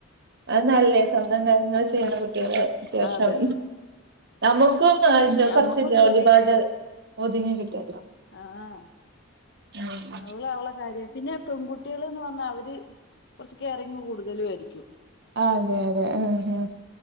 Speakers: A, on the right (about 50°); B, on the left (about 55°).
A: അത് നല്ലേ സ്വന്തം കാര്യങ്ങൾ ചെയ്യണത്. ങേ അത്യാവശ്യം.
B: അതെ
A: നമുക്ക് നാലഞ്ചുസം
B: ഞമ്മക്കും
A: കൊറച്ച് ജോലി
B: ജോലിയില്ല
A: ഭാരം ഒതുങ്ങി കിട്ടല്ലോ.
B: ആഹ്
A: ഉം.
B: അവുള് അവള കാര്യം പിന്നെ പെൺകുട്ടീള് പറഞ്ഞാൽ അവര് കുറച്ച് കെയറിങ്ങ് കൂടുതലും ആയിരിക്കും.
A: ആഹ് അതെ അതെ അഹ് അഹ്